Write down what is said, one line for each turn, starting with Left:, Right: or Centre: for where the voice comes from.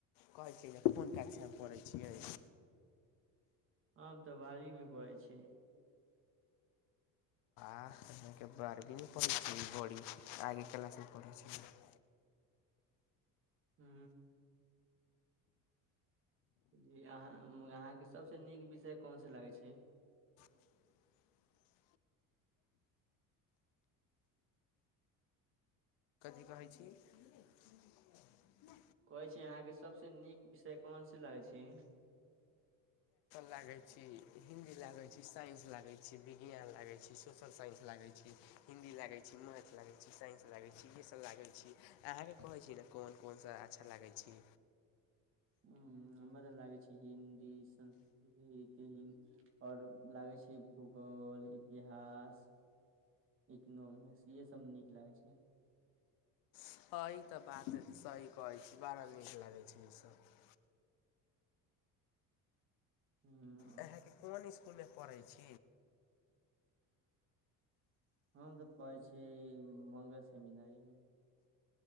Left: कहै छै कोन कक्षा पढ़ै छियै
Right: आम तऽ बड़ीमे पड़ै छै
Left: आके बारहवीमे पढ़ै छिय बी आगे क्लासमे पढ़ै छ ी र <inaudible>
Right: हू जी अहाँ अहाँके सभसँ नीक विषय कोनसँ लागै छै
Left: <inaudible> ी कहै छी <unintelligible>
Right: कहै छी अहाँके सभस नीक विषय कोनस लागै छै
Left: लागे छी हिंदी लागे छी साइंस लागे छी विज्ञान लागे छी सोशल साइन्स लागैत छी हिन्दी लागै छी मैथ लागै छी साइन्स लागै छी इहे सभ लागै छी अहाँके कहैत छी ने कोन कोन सभ अच्छा लागै छी
Right: हूँ हमरा लागे छै हिन्दी संस्कृत हिं आओर लागै छै भूगोल ल इतिहास इकनोमिक्स इएहसभ नीक लागै छै
Left: हँ ई तऽ बात सही कहै छी बड़ा नीक
Right: <inaudible>
Left: लागै छै ईसभ
Right: हुँ
Left: अहाँके कोन इसकुल पढ़ै छी
Right: हम तऽ पै छियै मङंगल सेमिनारीमे